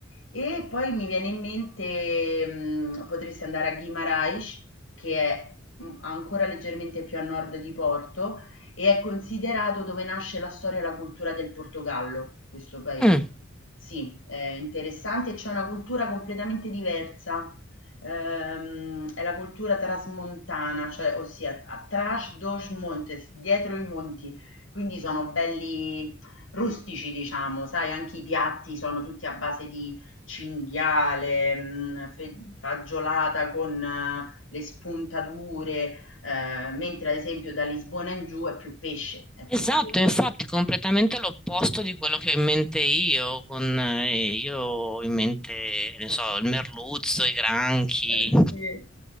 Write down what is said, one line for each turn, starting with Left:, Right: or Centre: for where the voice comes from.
Left: E poi mi viene in mente, mhmm, potresti andare a Guimarães, che è, mhmm, ancora leggermente più a nord di Porto e è considerato dove nasce la storia e la cultura del Portogallo, questo paese.
Centre: Mm,
Left: Sì, è interessante, c'è una cultura completamente diversa, ehm, è la cultura trasmontana, cioè ossia a- tras dos montes, dietro i monti, quindi sono belli rustici, diciamo, sai, anche i piatti sono tutti a base di cinghiale, mh, fe- fagiolata con eh, le spuntature, eh, mentre ad esempio da Lisbona in giù è più pesce, è tutto
Centre: Esatto,
Left: pesce.
Centre: infatti completamente l'opposto di quello che ho in mente io, con eh, io ho in mente, ne so, il merluzzo, i granchi.
Left: Eh, sì.